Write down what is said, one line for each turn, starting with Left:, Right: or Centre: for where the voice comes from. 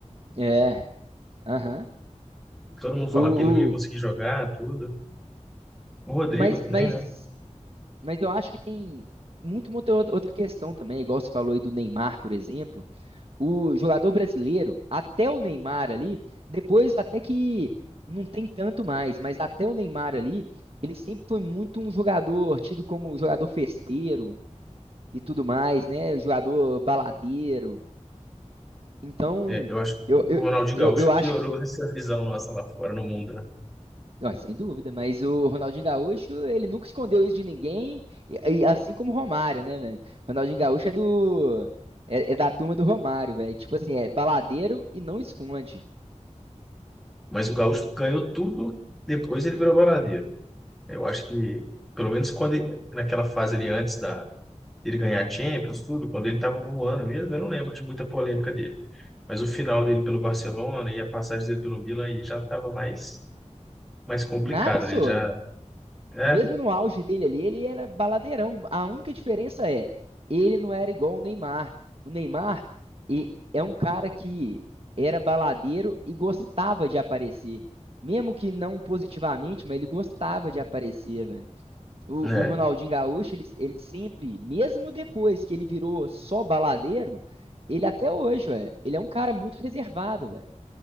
Right: É, aham.
Centre: Todo mundo falava
Right: O,
Centre: que ele não ia conseguir jogar, tudo. O Rodrigo
Right: Mas,
Centre: também,
Right: mas,
Centre: né?
Right: mas eu acho que tem muito, muito outra outra questão também, igual você falou aí do Neymar, por exemplo. O jogador brasileiro, até o Neymar ali, depois até que não tem tanto mais, mas até o Neymar ali, ele sempre foi muito um jogador tido como jogador festeiro e tudo mais, né? Jogador baladeiro. Então,
Centre: É, eu acho que
Right: eu,
Centre: o
Right: eu,
Centre: Ronaldinho
Right: eu,
Centre: Gaúcho
Right: eu acho
Centre: piorou
Right: que.
Centre: essa visão nossa lá fora no mundo, né?
Right: Ó, sem dúvida, mas o Ronaldinho Gaúcho, ele nunca escondeu isso de ninguém, e, e assim como o Romário, né, velho? Ronaldinho Gaúcho é do é, é da turma do Romário, velho. Tipo assim, é baladeiro e não esconde.
Centre: Mas o Gaúcho ganhou tudo, depois ele virou baladeiro. Eu acho que, pelo menos quando ele- naquela fase ali antes da, dele ganhar a Champions, tudo, quando ele estava voando mesmo, eu não lembro de muita polêmica dele. Mas o final dele pelo Barcelona e a passagem dele pelo Milan aí já estava mais, mais complicado.
Right: Nada, só.
Centre: Ele já. É,
Right: Mesmo no auge dele ali, ele era baladeirão. A única diferença é, ele não era igual o Neymar. O Neymar e- é um cara que era baladeiro e gostava de aparecer. Mesmo que não positivamente, mas ele gostava de aparecer, velho. O,
Centre: né?
Right: o Ronaldinho Gaúcho, ele, ele sempre, mesmo depois que ele virou só baladeiro, ele até hoje, velho, ele é um cara muito reservado, velho.